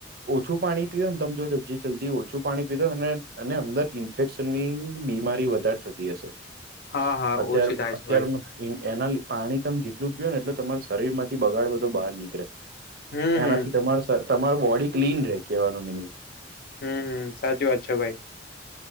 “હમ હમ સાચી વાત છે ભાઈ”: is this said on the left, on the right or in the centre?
Left